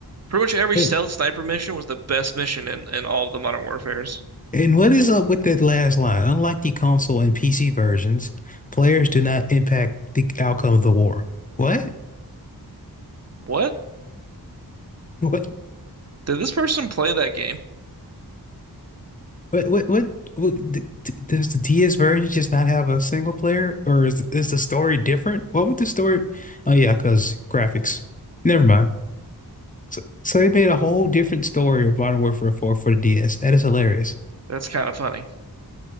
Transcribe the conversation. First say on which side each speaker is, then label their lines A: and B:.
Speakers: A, on the right; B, on the left.
A: Pretty much every
B: And,
A: stealth sniper mission was the best mission in, in all of the Modern Warfares.
B: and what is up with that last line? Unlike the console and PC versions, players do not impact the outcome of the war. What? <laughs>
A: What?
B: What?
A: Did this person play that game?
B: What what what, what d d- does the DS version just not have a single player, or is is the story different? What would the story? Oh yeah, because graphics. Never mind. So so they made a whole different story of Modern Warfare 4 for the DS. That is hilarious.
A: That's kind of funny.